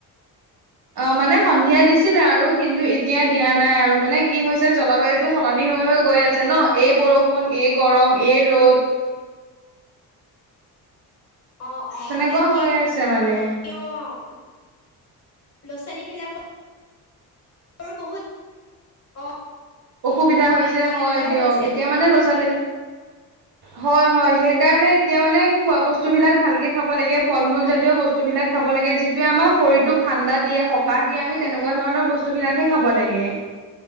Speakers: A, on the right; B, on the left.
A: অ' মানে সন্ধিয়া দিছিলে আৰু কিন্তু এতিয়া দিয়া নাই আৰু মানে কি হৈছে জলবায়ুতটো সলনি হৈ হৈ গৈ আছে ন এই বৰষুণ, এই গৰম, এই ৰ'দ। <inaudible>
B: অ' অ'
A: তেনেকুৱা
B: তাকে
A: হৈ আছে মানে
B: অ'। ল'ৰা ছোৱালীবিলাকৰ আৰু বহুত অঁ
A: অসুবিধা
B: অঁ
A: হৈছে
B: বেমাৰ
A: হয়
B: আজাৰ
A: দিয়ক
B: হৈছে
A: এতিয়া
B: বহুত
A: মানে ল'ৰা ছোৱালী। হয় হয় সেইকাৰণে তেতিয়া মানে খোৱা বস্তুবিলাক ভালকৈ খাব লাগে ফল মূলজাতীয় বস্তুবিলাক খাব লাগে যিটোৱে আমাৰ শৰীৰটোক ঠাণ্ডা দিয়ে সকাহ দিয়ে আমি তেনেকুৱা ধৰণৰ বস্তু বিলাকে খাব লাগে।